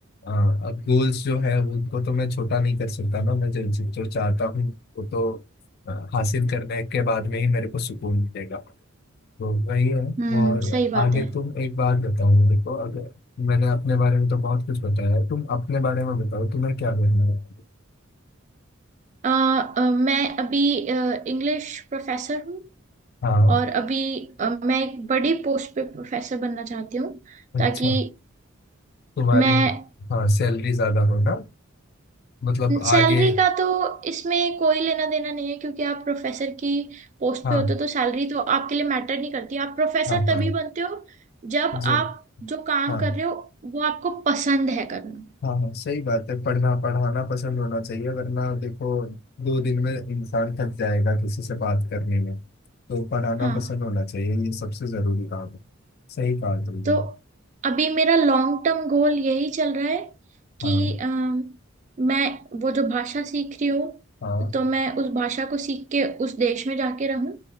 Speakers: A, on the left; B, on the right.
A: हाँ अब गोल्स जो है वो- उनको तो मैं छोटा नहीं कर सकता ना मैं जो जो चाहता हूँ वो तो अ, हासिल करने के बाद में ही मेरे को सुकून मिलेगा तो वही है
B: हम्म
A: और
B: सही बात
A: आगे
B: है
A: तुम एक बात बताओ देखो अगर मैंने अपने बारे में तो बहुत कुछ बताया है तुम अपने बारे में बताओ तुम्हें क्या करना है आगे?
B: अ, अ, मैं अभी इंग्लिश प्रोफेसर हूँ
A: हाँ
B: और अभी अ, मैं एक बड़ी पोस्ट पे प्रोफेसर बनना चाहती हूँ
A: अच्छा
B: ताकि
A: तुम्हारी
B: मैं
A: हाँ सैलरी ज्यादा हो ना मतलब आगे
B: सैलरी का तो इसमें कोई लेना देना नहीं है क्योंकि आप प्रोफेसर की पोस्ट
A: हाँ
B: पे होते हो तो सैलरी तो आपके लिए मैटर नहीं करती आप प्रोफेसर
A: हाँ
B: तभी
A: हाँ
B: बनते हो जब
A: जब
B: आप जो काम
A: हाँ
B: कर रहे हो वो आपको पसंद है करना
A: हाँ हाँ सही बात है पढ़ना पढ़ाना पसंद होना चाहिए वरना देखो दो दिन में इंसान थक जाएगा किसी से बात करने में तो पढ़ाना
B: हाँ
A: पसंद होना चाहिए ये सबसे जरूरी काम है सही कहा तुमने
B: तो अभी मेरा लॉन्ग टर्म गोल यही चल रहा है कि
A: हाँ
B: अम, मैं वो जो भाषा सीख रही हूँ
A: हाँ
B: तो मैं उस भाषा को सीख के उस देश में जाके रहूं